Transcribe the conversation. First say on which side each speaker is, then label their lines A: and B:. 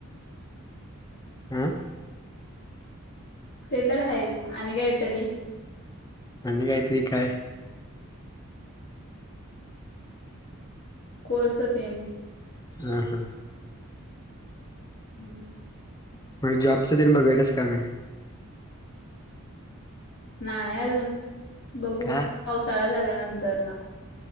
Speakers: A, on the left (about 15°); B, on the left (about 50°).
A: अम्म
B: ते तर आहेच. आणि काहीतरी.
A: अनी कायतरी काय?
B: कोर्स तेन
A: हम्म हा.
B: हम्म
A: माझ जॉबच तेन बघायल्यास का नाही.
B: नाही अजून. बघू,
A: का
B: पावसाळा झाल्यानंतर ना.